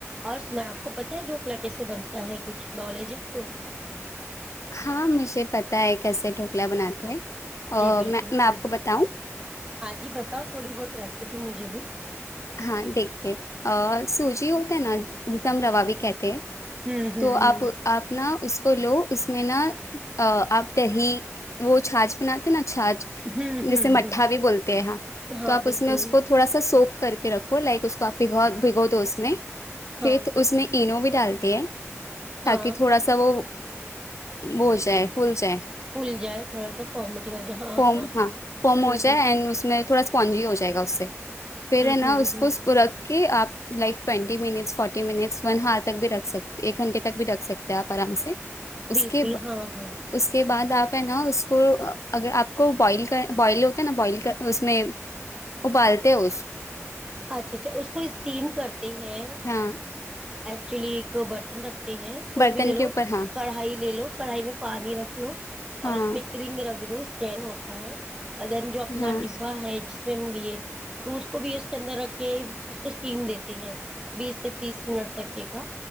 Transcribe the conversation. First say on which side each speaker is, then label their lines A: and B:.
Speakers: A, on the right; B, on the left.
A: اور سنا آپ کو پتتا ہے ڈھوکلا کیسے بنتا ہے کچھ نالج آ کو <unintelligible>
B: ہاں مجھے پتا ہے کیسے ڈھوکلا بناتے ہیں اور
A: جی بالکل
B: میں میں آپ
A: ہ
B: کو بتاؤں
A: ہاں جی بتاؤ تھوڑی بہت ریسیپی مجھے بھی
B: ہاں دیکھیے سوجی ہوتا ہے نا ایک دم روابی کہتے ہیں
A: ہوں ہوں
B: تو آپ آپ ن اس تو لو اس میں نا آپ دہی وہ چھاچ بناتے نا چھاچ
A: ہ ہوں ہوں
B: جیسے مٹھا
A: ہوں
B: بھی بولتے ہیں ہاں
A: ہاں
B: تو آپ
A: بالکل
B: اس میں اس کو تھوڑا سا سوک کر کے رکھو لائک اس کو آپ بگاؤ بھگو دو اس میں
A: ہاں
B: فت اس میں اینووڈ چلتی ہے
A: ہاں
B: تاکہ تھوڑا سا وہ بو سے ہے فول سے ہے
A: فل جائے تھوڑا سا فمیٹنگ ہو ج ہاں
B: فوم
A: ہاں
B: فوم
A: ہ
B: ہو
A: ہ
B: جائے اینڈ اس میں تھوڑا اسپونجی ہو جائے گا اس سے پھرے نا
A: ہوں ہوں
B: اس
A: ہوں
B: کوور کہ آپ لائک ٹوئٹی minutes forty minutes one hour تک بھی رکھ سک ایک گھنٹے تک بھی رکھ سکتے آپ آرام سے اس
A: بالکل
B: کے
A: ہاں ہاں
B: اس کے بعد آپ ہے نا اس کو اگر آپ کو بوائل کر بوائل ہوتے نا بوائل کر اس میں ابالتے ہیں وہ
A: اچھا اچھا اس کو ٹیم کر ہیں
B: ہاں
A: چلی ایک برتن رکھ ہیں کوئی
B: برتن
A: بھی لے لو
B: کے اوپر ہاں
A: کڑھائی لے لو کڑھائی میں پانی رکھ لو اور
B: ہاں
A: اس میں ایک رنگ رکھ دو اس ٹین ہوتا ہے ا دین جو اپنا
B: ہاں
A: ڈبا ہے لیے تو اس کو بھی اس کے اندر رکھ کے اس کو اسٹیم دیتے ہیں بیس سے تیس منٹ تک کیک